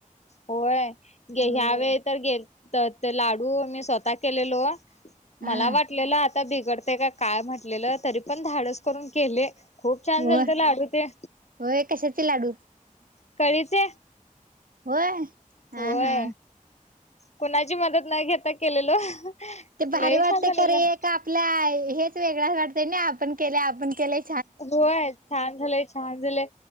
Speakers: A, on the left (about 50°); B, on the right (about 80°).
A: होय,
B: होय
A: ह्या वेळी तर गे ते लाडू मी स्वतः केलेलो.
B: हा
A: मला वाटलेलं आता बिघडतयं का काय म्हटलेलं तरी पण धाडस करून केले. खूप छान
B: होय
A: झालतं लाडू ते.
B: होय कशाचे लाडू
A: कळीचे.
B: होय हा
A: होय.
B: हा
A: कुणाची मदत नाही घेता, केलेलो.
B: ते भारी
A: लई
B: वाटते,
A: छान झालेलं
B: एक आपल्या हेच वेगळंच वाटतंयं ना आपण केलयं आपण केलयं.
A: होय छान झालंय छान झालंय